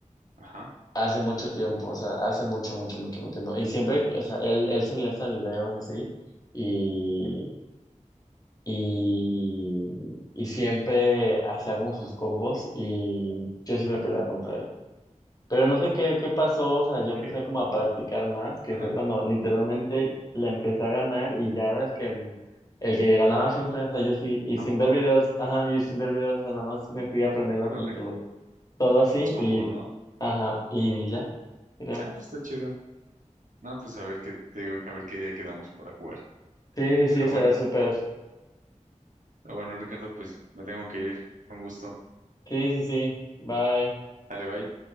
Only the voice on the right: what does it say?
Ajá,
ok,
ajá.
¿A
poco?
Órale,
los combos,
¿no?
Ah, pues está chido. No, pues a ver qué, te digo, a ver qué día quedamos para jugar.
Pero bueno,
está bueno, Ricardo, pues me tengo que ir. Con gusto.
Dale, bye.